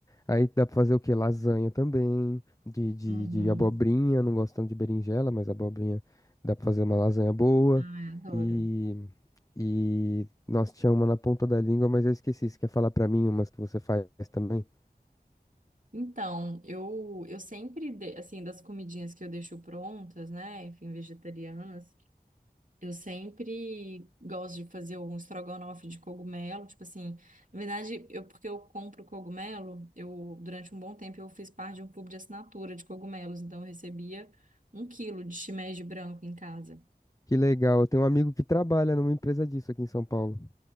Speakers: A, on the left; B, on the right.
A: Aí dá pra fazer o quê? Lasanha também, de, de,
B: uhum.
A: de abobrinha, não gosto tanto de berinjela, mas abobrinha dá pra fazer uma lasanha boa.
B: Ai, adoro.
A: E, e, nossa, tinha uma na ponta da língua, mas eu esqueci, você quer falar pra mim umas que você faz também?
B: Então, eu, eu sempre, de- assim, das comidinhas que eu deixo prontas, né? Enfim, vegetarianas. Eu sempre gosto de fazer um estrogonofe de cogumelo, tipo assim, na verdade, eu porque eu compro cogumelo, eu durante um bom tempo eu fiz parte de um clube de assinatura de cogumelos, então eu recebia um quilo de shimeji branco em casa.
A: Que legal. Eu tenho um amigo que trabalha numa empresa disso aqui em São Paulo.